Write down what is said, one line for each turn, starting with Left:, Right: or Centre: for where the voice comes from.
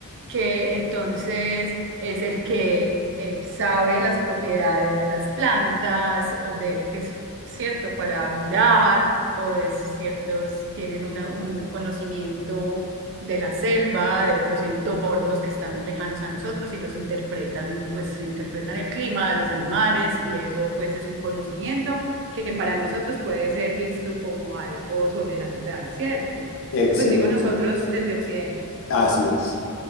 Right: que entonces es el que eh, sabe las propiedades de las plantas o de, que es cierto, para curar o de ciertos, tienen una- un conocimiento de la selva, de otros entornos que están muy lejanos a nosotros y los interpretan, pues interpretan el clima, los animales y eso pues es un conocimiento que para nosotros puede ser visto como algo sobrenatural, ¿cierto?
Left: Excelente.
Right: Pues digo nosotros desde Occidente
Left: Así es.